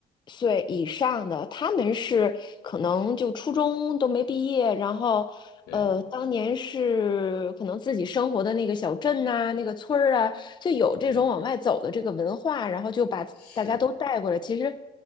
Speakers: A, on the left; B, on the left.
A: 岁以上的，他们是可能就初中都没毕业，然后，
B: 对
A: 呃，当年是可能自己生活的那个小镇呐、那个村儿啊，就有这种往外走的这个文化，
B: 对
A: 然后就把大家都带过来。
B: 是
A: 其实，